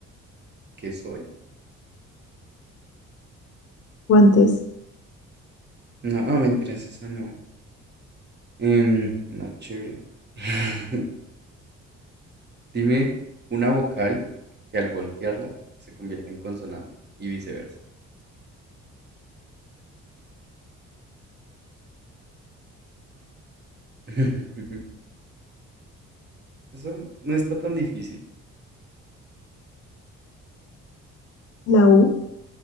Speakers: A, on the right; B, on the left.
A: ¿Qué soy?
B: Guantes,
A: No, ah, mentiras, esa no. Em, una chévere. <laughs> Dime una vocal que al voltearla se convierta en consonante y viceversa. <laughs> Eso no está tan difícil.
B: la U.